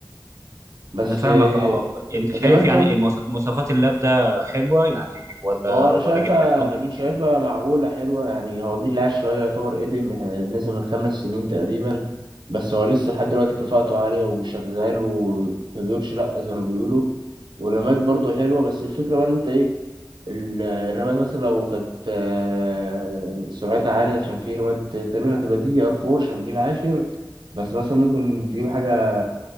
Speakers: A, on the right; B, on the right.
A: بس
B: انا فاهمك
A: آه،
B: اه يعني انت شايف
A: زي ما انت
B: يعني
A: قلت
B: المواص- مواصفات اللاب ده حلوه يعني ولا
A: اه انا
B: ولا
A: شايفها
B: جبت حاجه افضل
A: انا
B: من
A: شايفها
B: كده
A: معقوله حلوه يعني هو جيل العيال شويه يعتبر قدم يعني نزل من خمس سنين تقريبا بس هو لسه لحد دلوقتي كفاءته عاليه وشغال وما بيقولش لا زي ما بيقولوا والرمات برضو حلوه بس الفكره بقى ان انت ايه ال- الرمات مثلا لو كانت آه، سرعتها عاليه عشان في رمات تقريبا هتبقى دي دي ار 4 عشان جيل عاشر بس مثلا ممكن تجيب حاجه